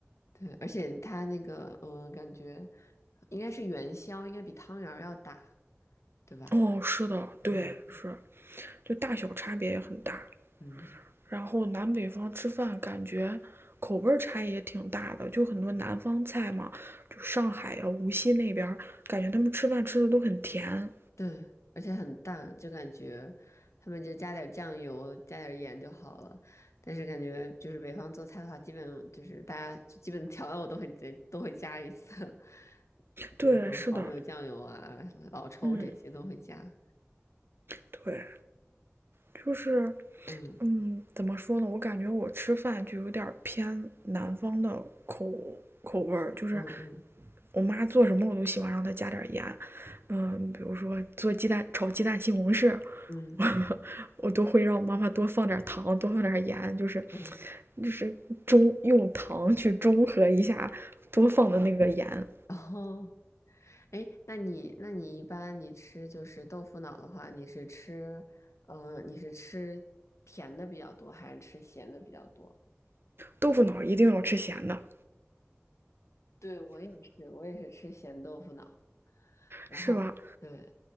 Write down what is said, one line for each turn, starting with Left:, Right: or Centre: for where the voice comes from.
Left: 对，而且它那个嗯，感觉应该是元宵，应该比汤圆儿要大，对吧？
Right: 哦，是的，
Left: 对对
Right: 对，是，就大小差别也很大。
Left: 嗯，
Right: 然后南北方吃饭感觉口味儿差异也挺大的，就很多南方菜嘛，就上海呀、无锡那边儿，感觉他们吃饭吃的都很甜。
Left: 对，而且很淡，就感觉他们就加点儿酱油，加点儿盐就好了。但是感觉就是北方做菜的话，基本就是大家就基本调料我都会加都会加一次，<laughs>
Right: 对，
Left: 就是什么蚝油、
Right: 是的，
Left: 酱油啊、老抽这些都会加。
Right: 嗯，对，就是
Left: 嗯
Right: 嗯，怎么说呢？我感觉我吃饭就有点儿偏南方的口口味儿，就是
Left: 嗯嗯
Right: 我妈做什么我都喜欢让她加点儿盐。嗯，比如说做鸡蛋炒鸡蛋西红柿，
Left: 嗯
Right: <laughs> 我我都会让我妈妈多放点儿糖，多放点儿盐，就是
Left: 嗯，
Right: 就是中用糖去中和一下多放的那个盐。
Left: 然后。哎，那你那你一般你吃就是豆腐脑的话，你是吃，嗯、你是吃甜的比较多，还是吃咸的比较多？
Right: 豆腐脑儿一定要吃咸的，
Left: 对，我也是，我也是吃咸豆腐脑。然后对，
Right: 是吧？